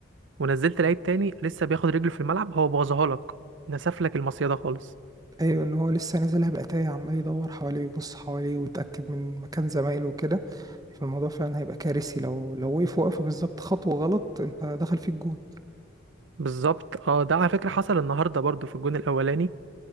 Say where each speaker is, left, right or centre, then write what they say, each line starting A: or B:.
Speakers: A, on the right; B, on the right.
A: ونزلت لعيب تاني لسه بياخد رجله في الملعب هو بوظها لك نسف لك المصيده خالص
B: ايوه ان هو لسه نازلها بقى تايه عمال يدور حواليه ويبص حواليه ويتاكد من مكان زمايله وكده فالموضوع فعلا هيبقى كارثي لو لو وقف وقفه بالظبط خطوه غلط انت دخل فيك جون
A: بالظبط اه ده على فكره حصل النهارده برضو في الجون الاولاني